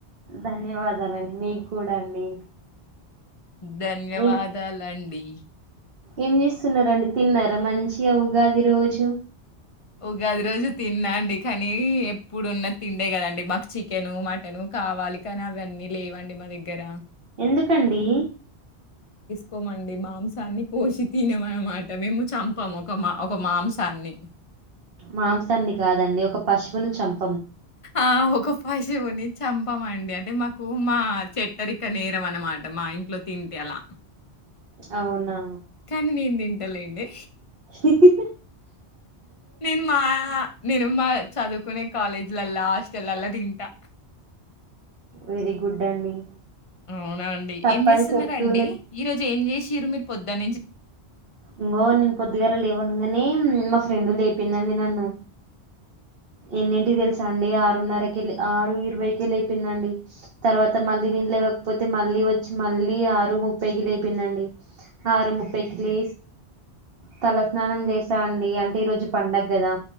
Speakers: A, on the right; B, on the left.
A: ధన్యవాదాలండి మీకు కూడా అండి
B: ధన్యవాదాలండి
A: ఏం ఏం చేస్తున్నారంండి తిన్నా మంచి అవుగాది రోజు
B: ఉగాది రోజు తిన్నాండి కానీ ఎప్పుడున్న తిండే కదండి మాకు చికెను మటను కావాలి కానీ అవ అన్నీ లేవండి మా దగ్గర
A: ఎందుకండి
B: కోమండి మాంసాన్ని కోసి తినమ అనమాట మేము చంపాము ఒక మా ఒక మాంసాన్ని
A: మాంసాన్ని కాదండి ఒక పశపువును చంప
B: ఆ హ పశువుని చంపమండి అంటే మాకు మా చెట్టరిక నేరం అనమాట మా ఇంట్లో తింటే అలా
A: అవునా
B: కానీ నేను తింటలేండి
A: హి హి
B: నేను మా నేను మా చదువు కొనే కాలేజ్లలా హాస్టెల్ లల్ల తింటా
A: వెరీ గుడ్ అండి
B: అవునా అండి
A: తప్పని
B: ఏం చేస్తున్నారా
A: చెప్తూనే
B: అండి ఈ రోజు ఏం చేసిరు మీరు పొద్దట్నుంచి
A: ఇంకోో నేను పొద్దుగాల లేవంగానే మా ఫ్రెండ్ లేపోందండి నన్ను ఎన్నింటి తెలుసా అండి ఆరున్నరకి ఆరు ఇరవైకి లేయిపోయిందండి తర్వాత మళ్ళీ నేను లేవకపోతే మళ్ళీ వచ్చి మళ్ళీ ఆరు ముప్పైకిి లేయిపోయిందండి ఆరు ముప్పైకిి లే తలస్నానం చేసానండి అంటే ఈ రోజు పండగ కదా